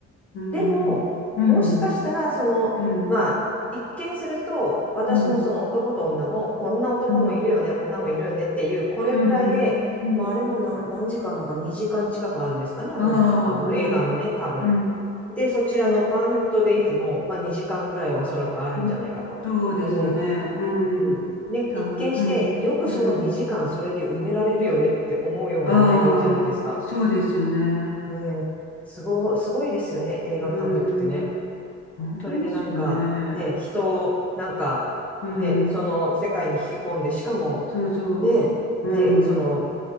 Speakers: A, on the left; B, in the centre.
A: うん。
B: でも、
A: うん。
B: もしかしたら、その、
A: うん。
B: まあ、一見すると、私のその男と女も、
A: うん。
B: こんな男もいるよね、
A: うん。
B: 女もいるよねっていう、これくらいで、
A: うん。うん。
B: まあ、あれもな、何時間あるのか、2時間近くあるんですかね、あの、
A: あ
B: あの映画もね、
A: あ、うん。
B: 多分。
A: うん。
B: で、そちらのパーフェクトデイズも、まあ、2時間ぐらいはおそらくあるんじゃないかと思う。
A: うんそうですよね。うん。
B: うんね、
A: 多分、
B: 一見して、
A: うん。
B: よくその2時間それで埋められるよねって思うような内容じゃないですか。
A: うん。ああ、そうですよね。
B: うん、すご、すごいですよね、映画監督ってね。
A: うーん。本当ですよね。
B: それでなんか、ね、人を、なんか、
A: うん。
B: ね、その世界に引き込んで、しかも、
A: そうそう。
B: ね、で、
A: うん。
B: その、